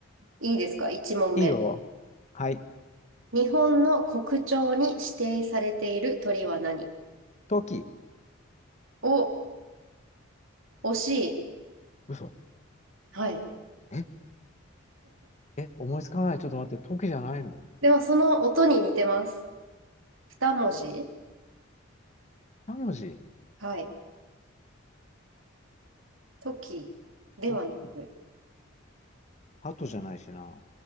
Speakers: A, on the right; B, on the left.
A: いいですか ?1
B: いいよ。
A: 問目。
B: はい。
A: 日本の国鳥に指定されている鳥は何
B: 時。
A: お、惜しい。
B: 嘘。
A: はい。
B: え、え、思いつかない。ちょっと待って。時じゃないの
A: でもその音に似てます。2文字。
B: 三文字。
A: はい。時ではなく、
B: トキハトじゃないしな。